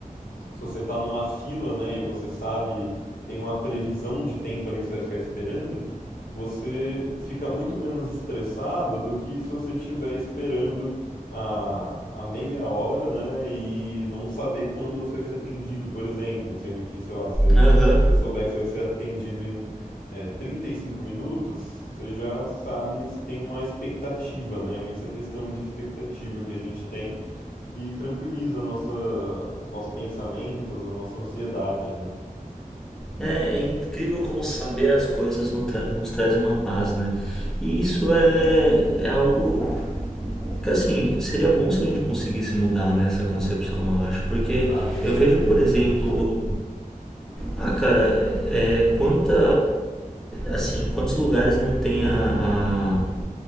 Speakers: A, on the left; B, in the centre.
A: se você está numa fila, né, e você sabe, tem uma previsão de tempo ali que você vai ficar esperando, você fica muito menos estressado do que se você estiver esperando a, a meia hora, né, e não saber quando você vai ser atendido, por exemplo, sendo que, sei lá, você,
B: <laughs> Aham.
A: você souber que você vai ser atendido em é, 35 minutos, você já sabe, você tem uma expectativa, né, É muito essa questão de expectativa que a gente tem que tranquiliza a nossa, os nossos pensamentos, a nossa ansiedade, né?
B: É incrível como saber as coisas no tra- nos traz uma paz, né? E isso é, é algo que, assim, seria bom se a gente conseguisse mudar, né, essa concepção, eu acho. Porque
A: Ah, com
B: eu
A: certeza.
B: vejo, por exemplo, Ah, cara, é, é quanta, assim, quantos lugares não tem a, a-